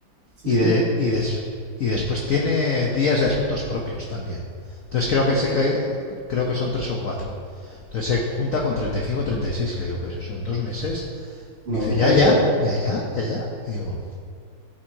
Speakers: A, on the right (about 30°); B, on the left (about 65°).
A: sí,
B: y, de, y, des- y después tiene días de asuntos propios también. Entonces creo
A: ok,
B: que, se, cae- creo que son tres o cuatro. Entonces se junta con 35 o 36 y seis y le digo, pues son dos meses.
A: una
B: Me dice,
A: brutalidad.
B: ya, ya, ya, ya, ya, ya. Y digo,